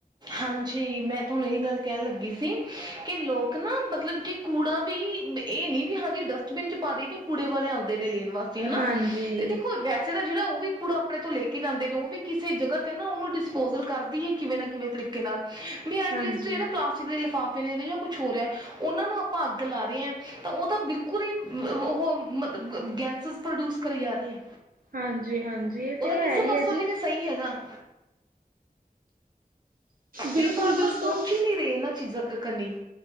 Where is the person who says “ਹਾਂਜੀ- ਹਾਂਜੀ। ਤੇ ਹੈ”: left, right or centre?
Right